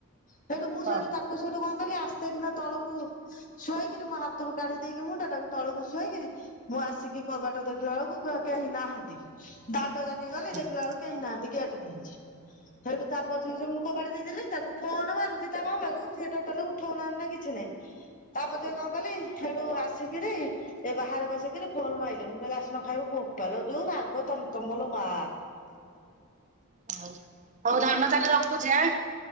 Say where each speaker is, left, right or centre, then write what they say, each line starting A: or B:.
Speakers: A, on the left (about 35°); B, on the right (about 35°).
A: ସେଇଠୁ ମୁଁ
B: ହଁ
A: ସେଠୁ ତାକୁ ସେଠୁ କଁ କଲି ଆସ୍ତେକିନା ତଳକୁ ଶୁଆଇକିରି ମୋ ହାତରୁ କାଢି ଦେଇକି ମୁଣ୍ଡା ଟାକୁ ତଳକୁ ଶୁଆଇକିରି ମୁଁ ଆସିକି କବାଟ ଦେଖିଲା ବେଳକୁ କେହି ନାହାନ୍ତି ଦାଣ୍ଡ ଯାକ କେ ଗଲି
B: ହଁ
A: ଦେଖିଲା ବେଳକୁ କେହି ନାହାନ୍ତି ଗେଟ କବାଟ ଦିଆହେଇଚି ସେଇଠୁ ତା ପଛେ ଅଛେ ମୁଁ କବାଡ ଦେଇଦେଲି ତାକୁ ଫୋନ ମାରୁଚି ତା ବାବାକୁ ସେ ଉଠଉନାହାନ୍ତି ନା କିଛି ନାଇଁ। ତା ପଛରେ କଣ କଲି ସେଠୁ ଆ ସିକିରି ଏ ବାହାରେ ବସ କିରି ଫୋନ ମାଇଲି ମୁଁ କହିଲ ଆସୁନ ଖାଇବ ବୋପାଲୋ ଯୋଉ ରାଗ ତମ ତମ ଲୋ ମା।
B: ହଉ ହଉ ଧନ ତାହେଲେ ରଖୁଚି ଆଁ?